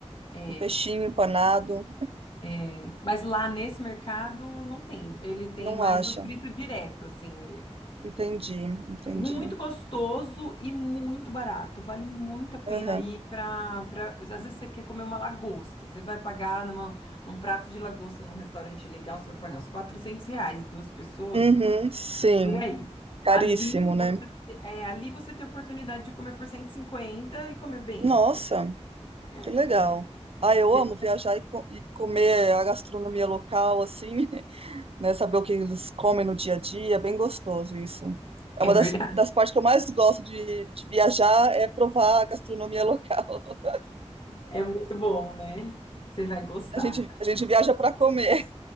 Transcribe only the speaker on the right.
um peixinho empanado.
Não
acha?
Entendi, entendi.
Aham.
Uhum, sim,
caríssimo,
né?
Nossa,
que legal.
Ah,
eu amo viajar e, co- e comer a gastronomia local, assim, <laughs> né? Saber o que eles comem no dia a dia, é bem gostoso isso. É
uma das,
das partes que eu mais gosto de, de viajar, é provar a gastronomia local. <laughs>
A gente, a gente viaja para comer.